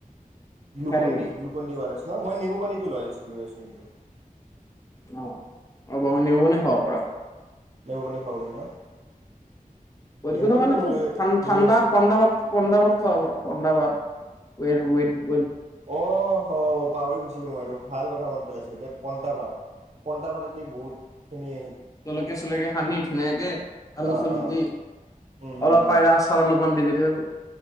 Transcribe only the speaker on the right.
গ্লুকনডি-গ্লুকনডি,
অ' আৰ এছ। মই-মই, নেমু পানীটো লৈ আছোঁ, লৈ আছোঁ কিন্তু।
নেমু পানী খাব পাৰি ন?
নেমু পানীটো
মই লৈ
লৈ আছোঁ
অ', হ' পাহৰি গৈছিলো মই এইটো ভাল কথা মন পেলাইছ দে। পন্তাভাত-পন্তাভাতে দি বহুত খিনি
অ'
অ'
উম উম
উম